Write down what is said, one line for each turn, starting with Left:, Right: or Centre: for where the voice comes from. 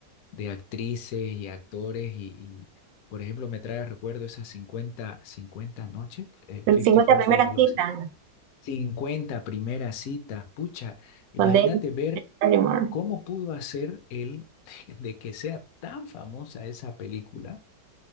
Left: de actrices y actores y, y, por ejemplo, me trae a recuerdo esas 50 50 noches, eh, 50
Right: cincuenta
Left: First
Right: primeras
Left: Day, algo
Right: citas
Left: así. cincuenta primeras citas, pucha, imagínate
Right: con David
Left: ver
Right: Barrymore.
Left: ¿Cómo pudo hacer él de que sea tan famosa esa película,